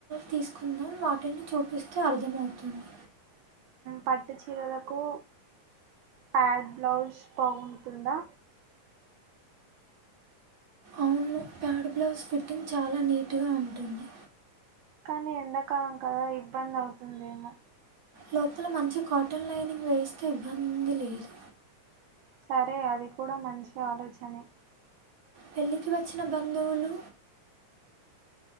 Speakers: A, on the right; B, on the right.
A: తీసుకుందాం వాటిని చూపిస్తే అర్థమవుతుంది
B: పట్టు చీరలకు ప్యాడ్ బ్లౌజ్ బాగుంటుందా
A: అవును ప్యాడ్ బ్లౌజ్ ఫిట్టింగ్ చాలా నీటుగా ఉంటుంది
B: కానీ ఎండాకాలం కదా ఇబ్బంది అవుతుందేమో
A: లోపల మంచి కాటన్ లైనింగ్ వేస్తే ఇబ్బంది లేదు
B: సరే అది కూడా మంచి ఆలోచనే
A: పెళ్లికి వచ్చిన బంధువులు